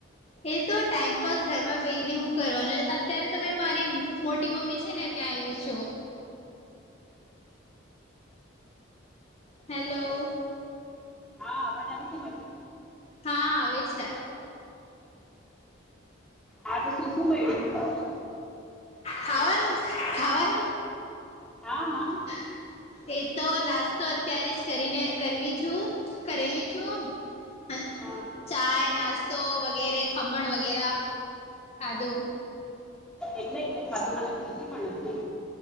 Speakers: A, on the left; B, in the centre.
A: એ તો ટાઈમપાસ ઘરમાં બેહી ને હું કરવાનું અત્યારે તો મેં મારી મોટી મમ્મી છે ને ત્યાં આવી છું. હેલો.
B: હા અવાજ આવે છે મારું
A: હા આવે છે.
B: આ તો શું શું મેળવ્યું.
A: ખાવાનું ખાવાનું
B: હા હા
A: <inaudible> એ તો નાસ્તો અત્યારે જ કરીને કરવી છું કરેલી છું. હ
B: હા
A: ચાય, નાસ્તો વગેરે ખમણ વગેરા. ખાધું
B: એકલે એકલે ખાધું અને ખુશી પણ નથી.